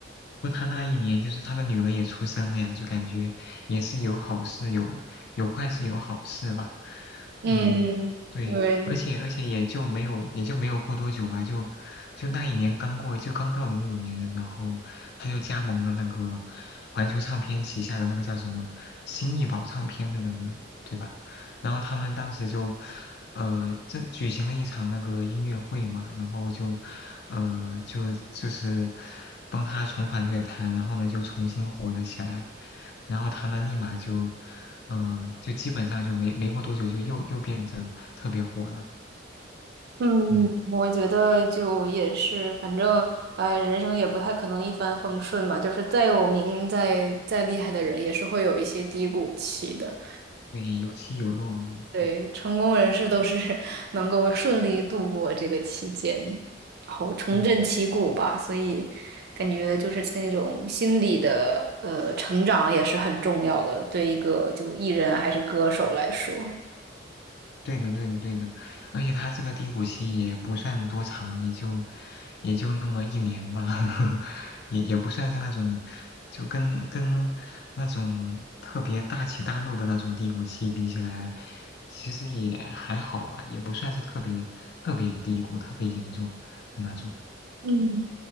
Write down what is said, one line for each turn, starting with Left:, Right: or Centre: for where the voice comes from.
Left: 过他那一年就是他的女儿也出生了呀，就感觉也是有好事有有坏事有好事吧。
Right: 嗯，
Left: 嗯，对，
Right: 对，
Left: 而且而且也就没有也就没有过多久吧，就就那一年刚过，就刚到零五年，然后他就加盟了那个环球唱片旗下的那个叫什么新艺宝唱片的那个，对吧？然后他们当时就呃这举行了一场那个音乐会嘛，然后就嗯，呃就就是帮他重返乐坛，然后呢就重新火了起来，然后他呢立马就，嗯、就基本上就没没过多久就又又变得特别火了，
Right: 嗯，
Left: 嗯，
Right: 我觉得就也是，反正呃，人生也不太可能一帆风顺嘛，就是再有名、再再厉害的人，也是会有一些低谷期的。
Left: 对，有起有落，
Right: 对，
Left: 对，
Right: 成功人士都是 <laughs> 能够顺利度过这个期间，然后重振旗鼓吧。
Left: 嗯。
Right: 所以，感觉就是那种心理的呃成长也是很重要的，对一个就艺人还是歌手来说。
Left: 对的，对的，对的，而且他这个低谷期也不算多长，也就也就那么一年吧，<laughs> 也也不算是那种就跟跟那种特别大起大落的那种低谷期比起来，其实也还好吧，也不算是特别特别低谷、特别严重的那种
Right: 嗯，